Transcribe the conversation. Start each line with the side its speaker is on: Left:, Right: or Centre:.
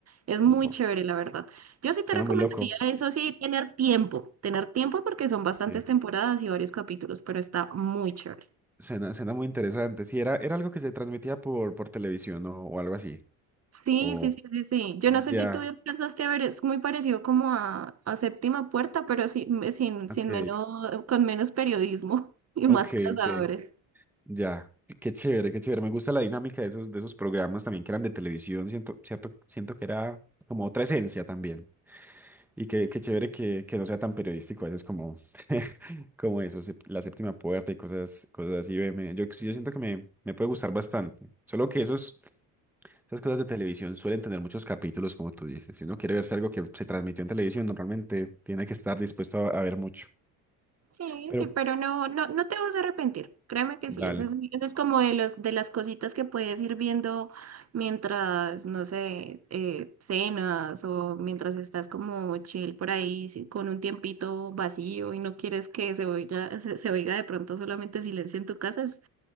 Right: Es muy
Centre: Buah.
Right: chévere, la verdad. Yo sí
Centre: Suena
Right: te recomendaría
Centre: muy loco.
Right: eso, sí, tener tiempo, tener tiempo porque son bastantes
Centre: ok.
Right: temporadas y varios capítulos, pero está muy chévere.
Centre: Suena, suena muy interesante. Sí, era, era algo que se transmitía por, por televisión o, o algo así.
Right: Sí,
Centre: O
Right: sí, sí, sí, sí. Yo
Centre: ya,
Right: no sé si tú alcanzaste a ver, es muy parecido como a, a Séptima Puerta, pero sin, sin,
Centre: ok,
Right: sin menos, con menos periodismo <laughs> y
Centre: ok,
Right: más cazadores.
Centre: ok. Ya, qué qué chévere, qué chévere. Me gusta la dinámica de esos, de esos programas también que eran de televisión. Siento, cierto, siento que era como otra esencia también. Y qué, qué chévere que, que no sea tan periodístico a veces como, <laughs> como eso, sep- la séptima puerta y cosas, cosas así. ve, me- yo, sí, yo siento que me, me puede gustar bastante. Solo que esos, esas cosas de televisión suelen tener muchos capítulos, como tú dices. Si uno quiere verse algo que se transmitió en televisión, normalmente tiene que estar dispuesto a, a ver mucho.
Right: Sí,
Centre: Pero,
Right: sí, pero no, no, no te vas a arrepentir. Créeme que
Centre: dale,
Right: sí. Eso es, eso es como de los, de las cositas que puedes ir viendo mientras, no sé, eh, cenas o mientras estás como chill por ahí sí, con un tiempito vacío y no quieres que se oiga, se, se oiga de pronto solamente silencio en tu casa. Es,